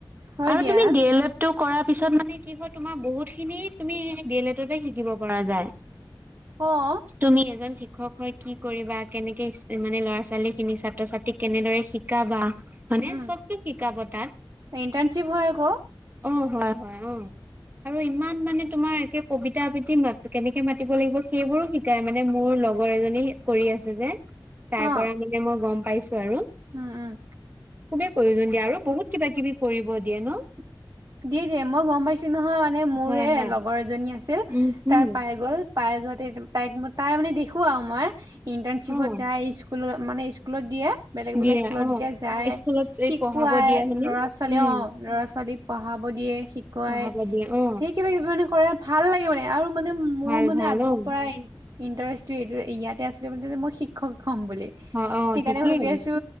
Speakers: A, on the right (about 45°); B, on the right (about 25°).
A: হয়
B: আৰু
A: দিয়া
B: তুমি ডি এল এড টো কৰাৰ পিছত মানে কি হল তোমাৰ বহুত খিনি তুমি সেই ডি এল এটতে শিকিব পৰা যায়।
A: অঁ।
B: তুমি এজন শিক্ষক হয় কি কৰিবা কেনেকে মানে ল'ৰা ছোৱালী খিনি ছাত্ৰ ছা ত্ৰীক কেনেদৰে শিকাবা মানে
A: উম
B: চবটো শিকাব তাত।
A: ইণ্টাৰ্ণশ্বিপ হয় আকৌ
B: অ হয় হয় অঁ। আৰু ইমান মানে তোমাৰ একে কবিতা আবৃত্তি কেনেকে মাতি লাগিব সেইবোৰো শি কাই মানে মোৰ লগৰ এজনী কৰি আছে যে তাৰ
A: অ
B: পৰা মানে মই গম পাইছো আৰু।
A: উম উম।
B: খুবেই প্ৰয়োজন দিয়া আৰু বহুত কিবা কিবি কৰিব দিয়ে ন?
A: দিয়ে দিয়ে মই গম পাইছো নহয়। মানে মোৰ
B: হয় হয়
A: লগৰ এজনী আছিল
B: উম উম
A: তাই পাই গ'ল পাই যোৱাতে তাইক তাই মানে দেখো আৰু মই ইণ্টাৰ্ণশ্বিপত
B: অ
A: যায় স্কুলত মানে স্কুলত দিয়ে। বেলেগ
B: দিয়ে
A: বেলেগ স্কুলত
B: অ
A: দিয়ে যায়,
B: স্কুলত এই
A: শিকোৱাই
B: পঢ়াব দিয়ে হয়নে
A: ল'ৰা ছোৱালী
B: উম
A: অ ল'ৰা ছোৱালী পঢ়াব দিয়ে, শিকুৱাই।
B: পঢ়াব দিয়ে অ
A: ঢেৰ কিবা কিবি মানে কৰে ভাল লাগে মানে আৰু মানে। মোৰ
B: ভাল
A: মানে
B: ভাল
A: আগৰ
B: অ
A: পৰা ইণ্টাৰেষ্টটো এই ইয়াতে আছিলে ম মই শিক্ষক হ'ম বুলি।
B: অ অ
A: সেইকাৰণে
B: ঠিকেই
A: ভাবি আছো